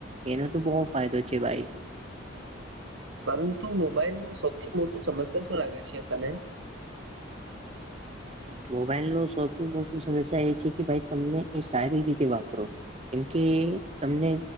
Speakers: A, on the right; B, on the right.
A: એનો તો બહ ફાયદો છે ભાઈ
B: પરંતુ મોબાઈલમાં સૌથી મોટું સમસ્યા શું લાગે છે તને?
A: મોબાઈલ ન સૌથી મોટું સમસ્યા એ છે કે ભાઈ તમને એ સારી રીતે વાપરો. કેમ કે તમને